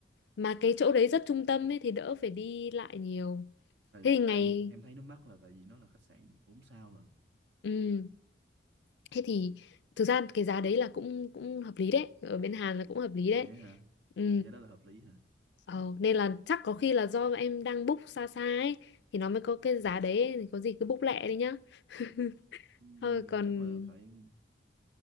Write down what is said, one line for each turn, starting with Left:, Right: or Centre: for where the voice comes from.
Left: mà cái chỗ đấy rất trung tâm ấy thì đỡ phải đi lại nhiều
Right: tại
Left: thế thì ngày
Right: tại em thấy nó mắc là tại vì nó là khách sạn bốn sao lận
Left: ừ Thế thì thực ra cái giá đấy là cũng cũng hợp lý đấy, ở bên Hàn là cũng hợp lý đấy.
Right: nhé hả
Left: Ừ.
Right: giá đó là hợp lý hả
Left: Ờ, nên là chắc có khi là do em đang book xa xa ấy thì nó mới có cái giá đấy ấy. thì có gì cứ book lẹ đi nhá. <laughs>
Right: Ừm,
Left: Thôi còn
Right: chắc là phải